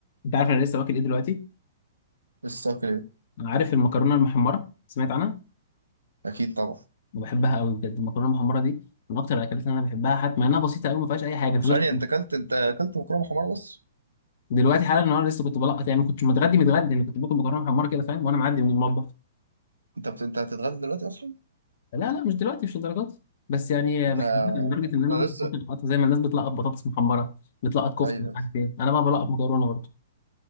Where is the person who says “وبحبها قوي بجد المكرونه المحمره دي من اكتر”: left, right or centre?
Left